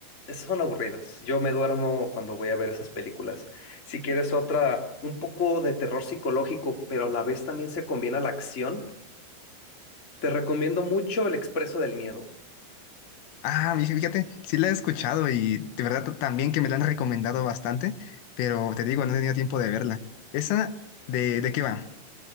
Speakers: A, on the left; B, on the left.
A: son aburridas. Yo me duermo cuando voy a ver esas películas. Si quieres otra, un poco de terror psicológico, pero a la vez también se combina la acción, te recomiendo mucho El Expreso del Miedo.
B: Ah, y fíjate, sí la he escuchado y de verdad t- también que me la han recomendado bastante, pero te digo, no he tenido tiempo de verla. ¿Esa de, de qué va?